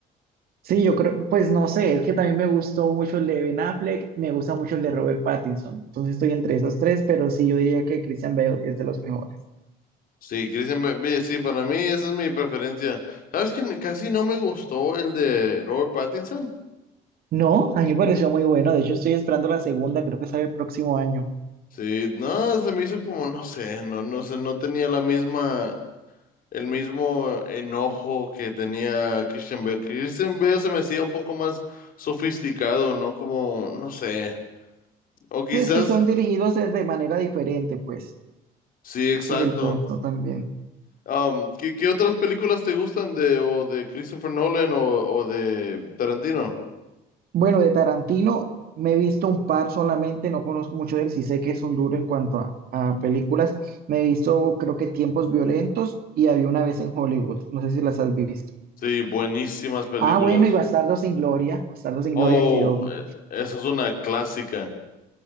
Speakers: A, on the right; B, on the left.
A: Sí, yo creo, pues no sé, es que también me gustó mucho el de Ben Affleck, me gusta mucho el de Robert Pattinson. Entonces estoy entre esos tres, pero sí, yo diría que Christian Bale es de los mejores.
B: Sí, Christian Bale, sí, para mí esa es mi preferencia. ¿Sabes que casi no me gustó el de Robert Pattinson?
A: No, a mí me pareció muy bueno. De hecho, estoy esperando la segunda, creo que sale el próximo año.
B: Sí, no, se me hizo como, no sé, no, no sé, no tenía la misma, el mismo enojo que tenía Christian Bale. Christian Bale se me hacía un poco más sofisticado, ¿no? Como, no sé, o quizás,
A: Sí, es que son dirigidos de de manera diferente, pues.
B: sí, exacto.
A: Ese es el punto también.
B: Um, ¿qué, qué otras películas te gustan de, o de Christopher Nolan o, o de Tarantino?
A: Bueno, de Tarantino me he visto un par solamente, no conozco mucho de él, sí sé que es un duro en cuanto a, a películas. Me he visto, creo que Tiempos Violentos y había una vez en Hollywood, no sé si las has visto.
B: Sí, buenísimas películas.
A: Ah, bueno, y Bastardo sin Gloria, Bastardo sin
B: Oh,
A: Gloria, que obvio.
B: eh, esa es una clásica.